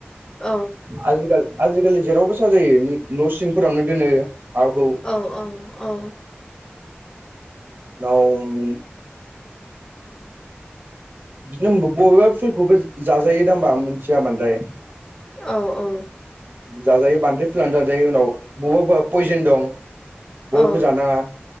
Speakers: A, on the left; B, on the right.
A: औ
B: <inaudible> आजिखाल आजिखालि जेरावबो साजायो न' सिंफोरावनो दोनो। माबाखौ
A: औ औ औ।
B: नावमि। बिदिनो बबेबा फुलखौबो जाजायो दा ओम्बा मिथिया बांद्राय
A: औ औ।
B: जाजायो बांद्राय फुलानै जाजायो उनाव बबेबा बबेबा पयजेन दं।
A: औ
B: बबेखौ जानाङा